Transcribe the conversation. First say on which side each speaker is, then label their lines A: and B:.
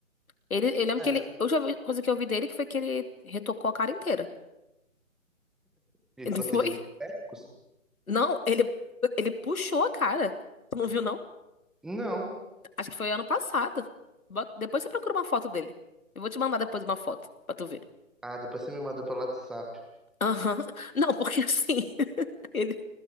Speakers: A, on the left; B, in the centre.
A: Ele, eu lembro
B: Ah,
A: que ele.
B: é.
A: A última coisa que eu vi dele que foi que ele retocou a cara inteira.
B: De
A: <laughs> Não
B: procedimentos
A: foi?
B: médicos?
A: Não, ele, ele puxou a cara. Tu não viu, não?
B: Não.
A: Acho que foi ano passado. Bota- Depois você procura uma foto dele. Eu vou te mandar depois uma foto pra tu ver.
B: Ah, depois você me manda pelo WhatsApp.
A: Aham. <laughs> Não, porque assim. <laughs> Ele...